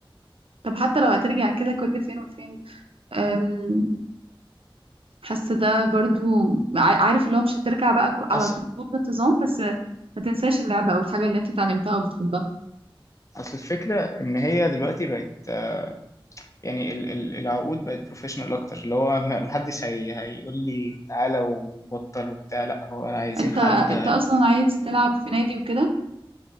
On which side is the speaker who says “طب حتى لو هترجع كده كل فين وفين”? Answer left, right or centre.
Right